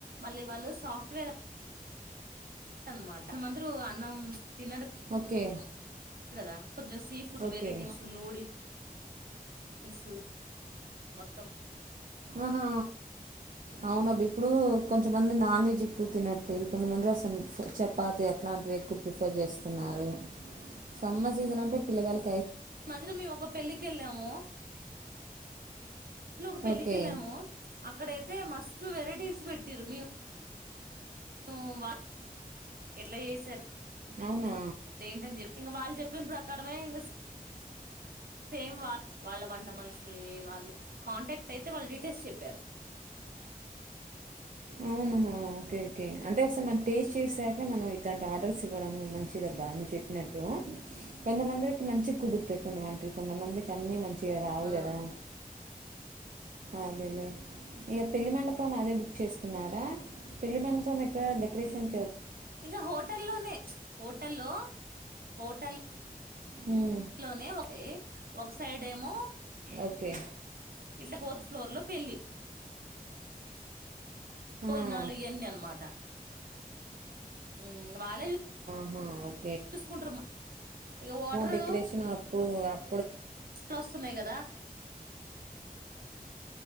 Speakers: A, on the right; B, on the right.
A: మళ్ళీ వాళ్ళు సాఫ్ట్వేర్ అన్నమాట అందరు అన్నం తినరు
B: ఓకే
A: కదా కొంచెం sea food
B: okay
A: varieties noodles మొత్తం
B: ఆహా అవున బ్ ఇప్పుడు కొంచం మంది నాన్ వెజ్ ఎక్కువ తినట్లేదు కొంతమంది అసలు చపాతి అట్లాంటివెక్కువ ప్రిఫర్ చేస్తున్నారు సమ్మర్ సీజన్ అంటే పిలగాళ్ళు
A: మధ్యలో మేము ఒక పెళ్ళకెళ్ళాము <inaudible> ఒక పెళ్ళకెళ్ళాము
B: ఓకే
A: అక్కడై తే మస్తు వెరైటీస్ పెట్టిర్రు మీ ను <unintelligible> ఎట్లా చేసారు
B: అవునా
A: దేంటని చెప్పి ఇంగ వాళ్ళు చెప్పిన ప్రకారమే ఇంక సేమ్ వా వాళ్ళ వంట మనుషుల్ని వాళ్ళు కాంటాక్ట్ అయితే వాళ్ళు డీటెయిల్స్ చెప్పారు
B: అవునా ఓకే ఓకే అంటే ఒకసారి మన టేస్ట్ చేసా మనం ఇట్లాంటి ఆర్డర్స్ ఇవ్వడం మంచిదబ్బా నువ్వు చెప్పినట్టు కొంతమందికి మంచి కుదురు కొన్ని వంటలు కొంత మందికి అన్ని మంచి చరాదు
A: ఆ
B: గదా అదేలే ఇక పెళ్లి మండపం అదే బుక్ చేసుకున్నారా పెళ్లి మండపం ఎక్కడ డెకరేషన్
A: ఇంకా హోటల్లోనే హోటల్లో హోటల్
B: మ్
A: లోనే ఒక ఒక సైడ్ ఏమో
B: ఓకే
A: ఇట్ల పో ఫ్లోర్ లో పెళ్లి భోజనాలు
B: ఆహా.
A: ఇయన్ని అనమాట మ్ వాళ్ళే
B: ఆ
A: చూసుకుంటారు ఇగ వాటరు
B: డెకరేషన్ <unintelligible>
A: వస్తున్నాయి కదా